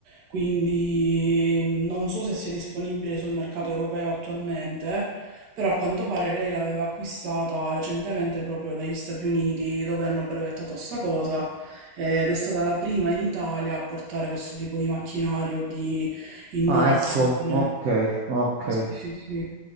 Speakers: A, on the right; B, on the right.
A: Quindi mm, non so se sia disponibile sul mercato europeo attualmente, però a quanto pare lei l'aveva acquistata recentemente proprio dagli Stati Uniti, dove hanno brevettato sta cosa, ed è stata la prima in Italia a portare questo tipo di macchinario e di innovazione.
B: Ah, ecco, ok, ok.
A: Sì, sì, sì.